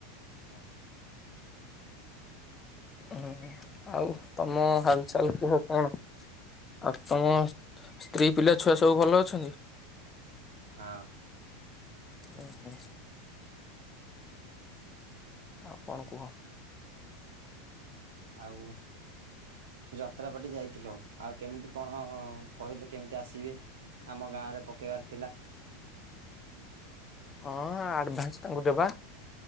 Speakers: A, on the right; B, on the left.
A: ଓହୋଃ।
B: ହୁଁ ଆଉ ତମ ହାଲ୍ ଚାଲିଥିବ କଣ, ଆଉ ତମ ସ୍ତ୍ରୀ ପିଲାଛୁଆ ସବୁ ଭଲ ଅଛନ୍ତି?
A: ହଁ।
B: ଉଁ ହୁଁ। ଆଉ କଣ କୁହ?
A: ଆଉ ଯାତ୍ରାପାଟି ଯାଇଥିଲ ଆଉ କେମିତି କଣ କହିଲେ କେମିତି ଆସିବେ? ଆମ ଗାଁଆରେ ପକେଇବାର ଥିଲା।
B: ହଁ-ଅ-ଅ ଆଡଭାନ୍ସ ତାଙ୍କୁ ଦେବା,